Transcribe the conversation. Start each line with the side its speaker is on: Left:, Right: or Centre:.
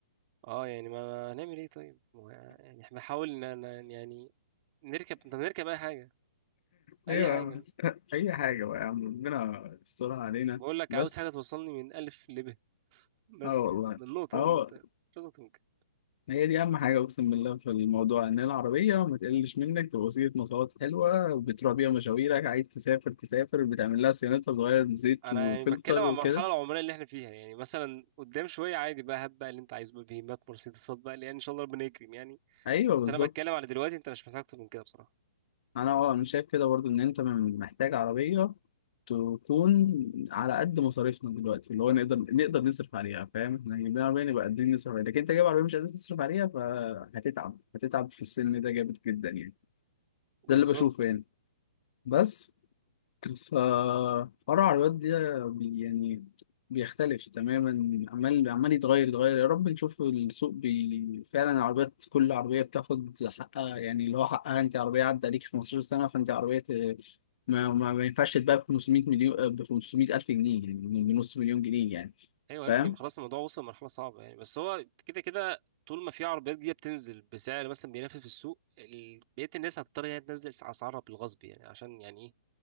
Right: اه يعني ما هنعمل ايه طيب هو يعني احنا بنحاول ان إن- يعني نركب طب نركب اي حاجة اي
Left: ايوه
Right: حاجة
Left: يا عم اي حاجه بقى يا عم ربنا يسترها علينا
Right: بقول لك
Left: بس
Right: عاوز حاجة توصلني من ألف لب <laughs> بس
Left: اه والله
Right: كده من نقطة
Left: اه
Right: لنقطة مش أكتر من كده
Left: هي دي اهم حاجه اقسم بالله في الموضوع ان العربيه ما تقلش منك تبقى وسيله مواصلات حلوه بتروح بيها مشاويرك عايز تسافر تسافر بتعمل لها صيانتها بتغير زيت
Right: انا
Left: وفلتر
Right: يعني بتكلم عن
Left: وكده
Right: المرحلة العمرية اللي احنا فيها يعني مثلا قدام شوية عادي بقى هب بقى اللي انت عايزه بقى بهيمات مرسيدسات بقى لان ان شاء الله ربنا يكرم يعني
Left: ايوه
Right: بس
Left: بالظبط
Right: انا بتكلم على دلوقتي انت مش محتاج اكتر من كده بصراحة
Left: انا اه انا شايف كده برضو ان انت م- محتاج عربيه تكون على قد مصاريفنا دلوقتي اللي هو نقدر نقدر نصرف عليها فاهم احنا جايبين عربيه نبقى قادرين نصرف عليها لكن انت جايب عربيه مش قادر تصرف عليها فهتتعب هتتعب في السن ده جامد جدا يعني
Right: بالظبط
Left: ده اللي بشوفه يعني بس فحوار العربيات ده بي- يعني بيختلف تماما عمال عمال يتغير يتغير يا رب نشوف السوق بي... فعلا العربيات كل عربية بتاخد حقها يعني اللي هو حقها انت عربية عدى عليك 15 سنة فانت عربية ت- ما, ما, ما ينفعش تتباع ب 500 مليون ب 500 ألف جنيه يعني بنص مليون جنيه يعني
Right: ايوه
Left: فاهم
Right: يا ابني ما خلاص الموضوع وصل لمرحله صعبه يعني بس هو كده كده طول ما في عربيات جديده بتنزل بسعر مثلا بينافس في السوق ال- بقيه الناس هتضطر يعني تنزل اسعارها بالغصب يعني عشان يعني ايه